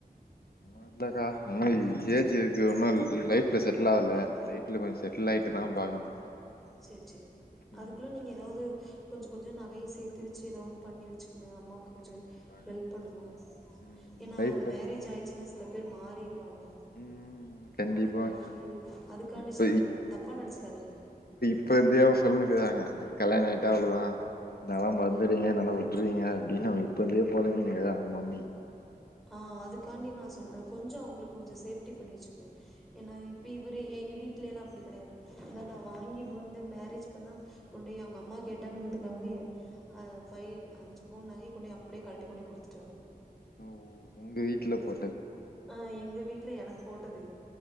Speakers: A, on the left (about 75°); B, in the centre.
A: உன்னு இல்லக்கா உன்னு ஏஜ்ருக்கு உன்னு ல் லைஃப்ல செட்ல்லாகல லைஃப்ல கொஞ்சோ செட்ல் ஆயிட்டு தா பாக்கணு
B: சேர் சேரி
A: ம்
B: அதுக்குள்ள நீங்க எதாவுது கொஞ்சோ கொஞ்சோ நகயே சேத்தி வச்சி ஏதா ஒன்னு பண்ணி வச்சிக்குங்க அம்மாவ் கொஞ்சோ
A: கண்டிப்பாக்கா
B: ஹெல்ப் பண்ணுங்க
A: ம்
B: என்னா
A: லைஃப்ல
B: மேரேஜ் ஆயிச்சின்னா சில பேர் மாறிரூ வாங்க
A: ம் கண்டிப்பாக்கா
B: அதுக்காண்டி அதுக்காண்டி
A: இப்ப
B: சொல்றே நீங்க தப்பா நெனச்சிக்காதிங்க
A: இப்பருந்தையே அவுங்க சொல்லினுருக்குறாங்க கல்யாணாய்ட்டா அவ்ளோதா என்னல்லா மறந்துடுவீங்க என்னல்லா உட்ருவீங்க அப்டின்னு அவுங்க இப்பருந்தே பொலமிட்ருகாங்க மம்மி
B: ஆஹ் அதுக்காண்டி நா சொல்ற கொஞ்சோ அவுங்களுக்கு கொஞ்சோ சேஃப்டி பண்ணி வச்சுக்கோங்க ஏனா இப்ப இவுரு எங்க வீட்லெல்லா அப்டிதா கெடையாது நாம்ம வாங்கிட்டு வந்து மேரேஜ் பண்ணா கொண்டேய் அவுங்க அம்மா கேட்டாங்க பாத்துக்கோங்களே அ பைவ் அஞ்சு பவுண் நகய கொண்டோய் அப்டியே கழட்டி கொண்டோய் குடுத்துட்டாப்டி
A: ஓ உங்க வீட்டுல போ
B: அஹ் எங்க வீட்ல எனக்கு போட்டது